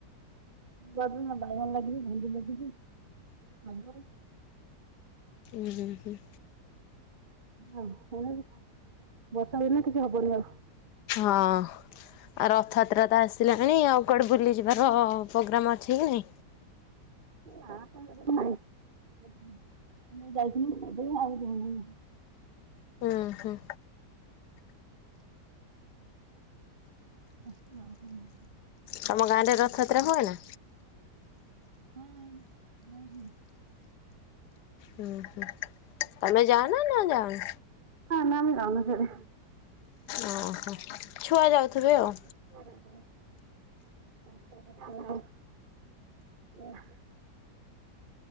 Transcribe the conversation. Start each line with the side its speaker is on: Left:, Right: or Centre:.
Right: <unintelligible> ବାଇଗଣ ଲାଗିଚି, ଭେଣ୍ଡି ଲାଗିଚି, ଶାଗ।
Left: ଉଁ ହୁଁ ହୁଁ।
Right: ଓ ହେ ବର୍ଷା ଦିନ କିଛି ହବନି ଆଉ।
Left: ହଁ। ଆ ରଥଯାତ୍ରା ତ ଆସିଲାଣି ଆଉ କୁଆଡ଼େ ବୁଲିଯିବାର ପ୍ରୋଗ୍ରାମ୍ ଅଛି କି ନାହିଁ?
Right: ନା ସେମତି କିଛି ନାହିଁ। <unintelligible> ଆଉ ଜିମିନି ଏଇନା।
Left: ହୁଁ ହୁଁ।
Right: ଶାସୁ ଆଉ <unintelligible>
Left: ତମ ଗାଁରେ ରଥଯାତ୍ରା ହୁଏ ନା?
Right: ହଁ <unintelligible> ହୁଏ।
Left: ହୁଁ ହୁଁ ତମେ ଯାଅ ନା ନା ଜାଅନି?
Right: ନାଁ ଆମେ ଆମେ ଯାଉନା ସିଆଡେ।
Left: ଓହୋ ଛୁଆ ଯାଉଥିବେ ଆଉ।
Right: ଛୁଆ ଯାଉଚନ୍ତି <unintelligible>